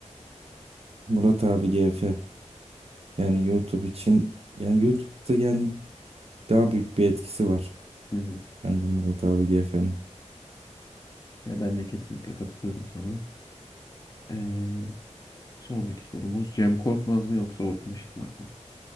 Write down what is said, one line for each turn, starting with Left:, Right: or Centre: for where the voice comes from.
Right: Murat abi GF yani YouTube için yani YouTube'da yani daha büyük bir etkisi var.
Left: Hı hı.
Right: Bence Murat abi GF'nin.
Left: Ya ben de kesinlikle katılıyorum sana. Ee, sonraki sorumuz Cem Korkmaz mı yoksa Orkun Işıtmak mı?